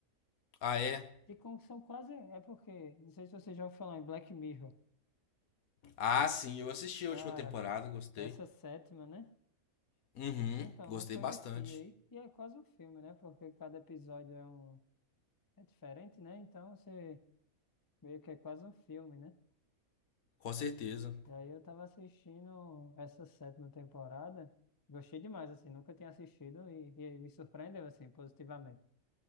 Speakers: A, on the left; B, on the left.
A: Ah, é?
B: E como que são quase. É porque. Não sei se você já ouviu falar em Black Mirror.
A: Ah, sim, eu assisti a
B: Cara,
A: última temporada, gostei.
B: essa sétima, né?
A: Uhum,
B: Então,
A: gostei
B: não conhecia.
A: bastante.
B: E, e é quase um filme, né? Porque cada episódio é um. É diferente, né? Então, você. Meio que é quase um filme, né?
A: Com certeza.
B: E aí eu tava assistindo essa sétima temporada. Gostei demais, assim, nunca tinha assistido e, e me surpreendeu, assim, positivamente.